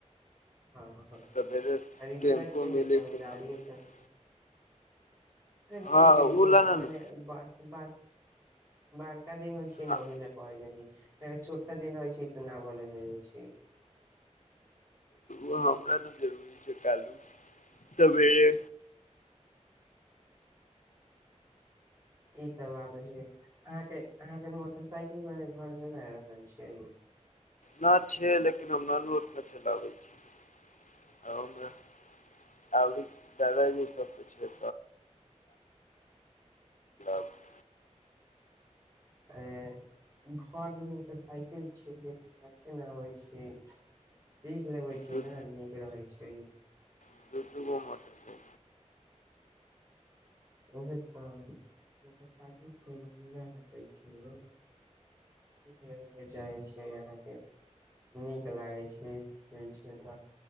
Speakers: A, on the right; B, on the left.
A: हँँ <unintelligible>
B: सवेरे टेम्पू मिले
A: तब
B: कि न
A: गाड़ीे
B: मिले
A: चलतै मिल
B: हँ
A: जाइ
B: ओ
A: छै
B: ल न
A: मने
B: नु
A: बा <inaudible> बारका दिन होइ छे
B: हँ
A: ने ओहि लए कहि द छोटका दिन रहै छै तऽ न भले मिलै छै
B: ओ हमरा त जरूरी छै <unintelligible> सबेरे
A: ई त बात छै अहाँ के अहाँ के मोटरसाइकिल मेने घर मे ने आ रहल छी
B: नहि छै लेकिन हम न नू उतना चलाबै छी <inaudible> ओमे औरों दादाजी सब छै <unintelligible>
A: <unintelligible> घर मे मोटरसाइकिल छी लेकिन आहाँ किया न आबे छै सीख लेबै छी
B: दू
A: ने नीक रहैत छै
B: द <unintelligible>
A: उहे तऽ मोटरसाइकिल स चैल अतिए नहि हकै छियै यौ सिख लेबे के चाहे छियै आहाँ के नीक लागै छै दैय छिए त